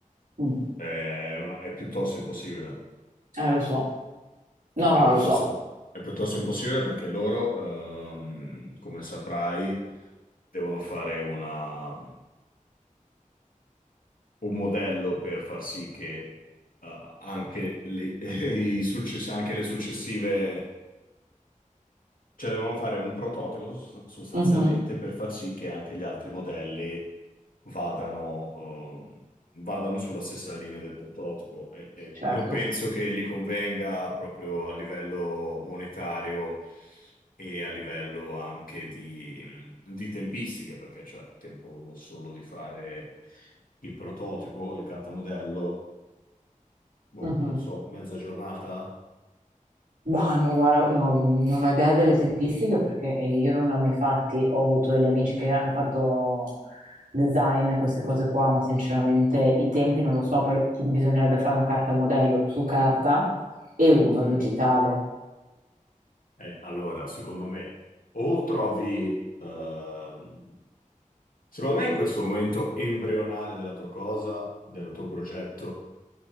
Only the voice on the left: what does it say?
È, una- è piuttosto impossibile.
È
piuttosto,
è piuttosto impossibile perché loro, ehm, come saprai, devono fare una- un modello per far sì che eh, anche le, <laughs> i success- anche le successive Cioè, dovevamo fare un prototipo sos- sostanzialmente
per far sì che anche gli altri modelli vadano, ehm, vadano sulla stessa linea del prototipo. E, e
non penso che gli convenga proprio a livello monetario e a livello anche di, di tempistiche, perché c'è tempo solo di fare il prototipo, il cartamodello, boh,
non lo so, mezza giornata?
Sì.
Eh, allora, secondo me, o trovi, ehm, secondo me in questo momento embrionale della tua cosa, del tuo progetto,